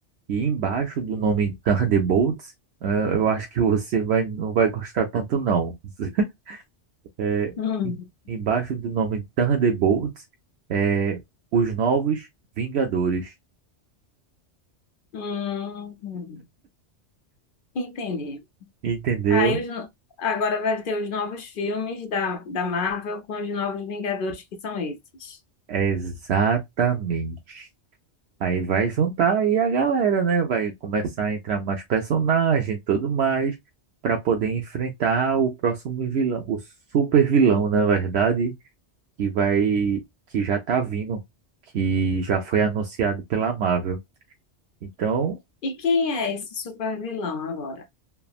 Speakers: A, on the right (about 70°); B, on the left (about 60°).
A: E embaixo do nome Thunderbolts, eh, eu acho que você vai, não vai gostar tanto, não. <laughs> Eh,
B: Hum,
A: em- embaixo do nome Thunderbolts, é os novos Vingadores.
B: hum, hum. Entendi.
A: Entendeu?
B: Aí os no- agora vai ter os novos filmes da, da Marvel com os novos Vingadores, que são esses.
A: É Exatamente. Aí vai juntar aí a galera, né? Vai começar a entrar mais personagem e tudo mais para poder enfrentar o próximo vilão, o super vilão, na verdade que vai, que já tá vindo, que já foi anunciado pela Marvel. Então,
B: E quem é esse super vilão agora?